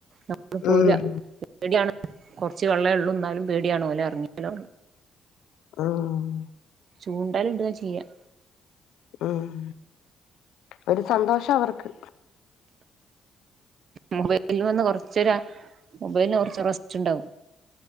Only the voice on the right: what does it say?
ന പോരാ
പേടിയാണ് കുറച്ച് വെള്ളംള്ളം എന്നാലും പേടിയാണ് പോഓലെ ഇറങ്ങിയാലുംള്ള
ചൂണ്ടാലും ഇണ്ടതാ ചെയ്യാം
മൊബൈലന് വന്ന് കൊറച്ച മൊബൈലിന് കൊറച്ച് റസ്റ്റ് ഉണ്ടാാവും